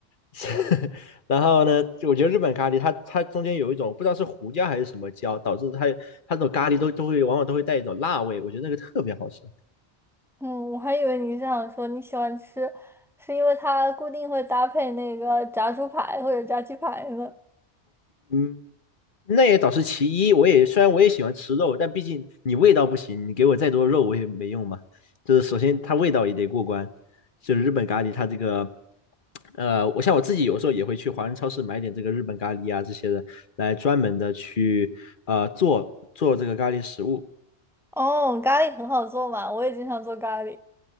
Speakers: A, on the left; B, in the centre.
A: <laughs> 然后呢，就我觉得日本咖喱它它中间有一种不知道是胡椒还是什么椒，导致它它这种咖喱都都会往往都会带一种辣味，我觉得那个特别好吃。
B: 嗯，我还以为你是想说你喜欢吃，是因为它固定会搭配那个炸猪排或者炸鸡排呢。
A: 嗯，那也倒是其一。我也虽然我也喜欢吃肉，但毕竟你味道不行，你给我再多肉我也没用嘛。就是首先它味道也得过关，就是日本咖喱它这个，呃，我像我自己有时候也会去华人超市买点这个日本咖喱啊这些的，来专门的去呃做做这个咖喱食物。
B: 哦，咖喱很好做嘛，我也经常做咖喱。